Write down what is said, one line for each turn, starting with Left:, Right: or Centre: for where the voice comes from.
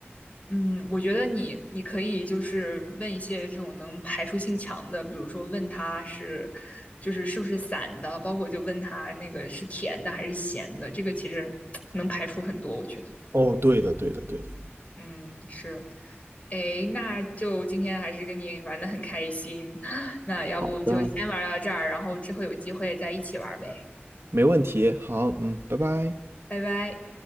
Left: 嗯，我觉得你你可以就是问一些这种能排除性强的，比如说问他是就是是不是散的，包括就问他那个是甜的还是咸的，这个其实 <tsk> 能排除很多，我觉得。
Right: 哦，对的，对的，对的。
Left: 嗯，是。诶，那就今天还是跟你玩的很开心，<laughs> <sucks teeth> 那要不就先玩到这儿，
Right: 好的，
Left: 然后之后有机会再一起玩呗，
Right: 没问题。好，嗯，拜拜。
Left: 拜拜。